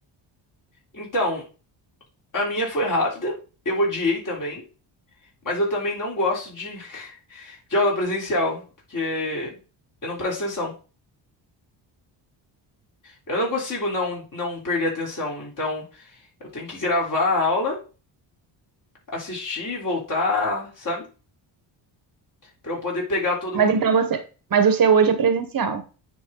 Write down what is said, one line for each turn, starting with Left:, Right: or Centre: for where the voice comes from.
Left: Então, a minha foi rápida, eu odiei também, mas eu também não gosto de de aula presencial, porque eu não presto atenção. Eu não consigo não, não perder a atenção, então eu tenho que gravar a aula, assistir, voltar, sabe? Pra eu poder pegar todo o
Right: Mas
Left: conteúdo.
Right: então você... Mas o seu hoje é presencial.